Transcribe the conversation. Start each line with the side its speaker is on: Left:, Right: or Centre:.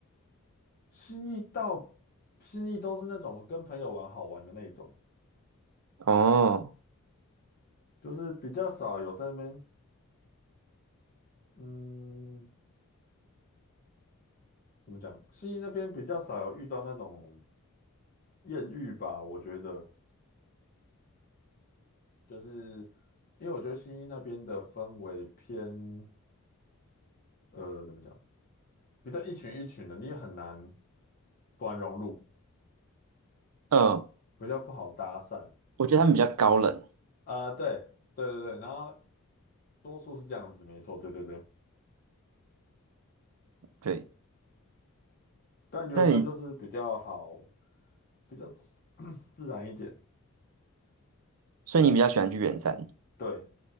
Left: 信义到信义都是那种跟朋友玩好玩的那种，
Right: 哦，
Left: 就是比较少有在那边，嗯，怎么讲？信义那边比较少有遇到那种艳遇吧，我觉得，就是因为我觉得信义那边的氛围偏，呃，怎么讲？比较一群一群的，你也很难突然融入。
Right: 嗯，
Left: 比较不好搭讪
Right: 我觉得他们比较高冷，
Left: 啊、对对对对，然后多数是这样子，没错，对对对。
Right: 对，
Left: 但圆山就是比较好，
Right: 但你，
Left: 比较自 <clears throat> 自然一点，
Right: 所以你比较喜欢去远山。
Left: 对。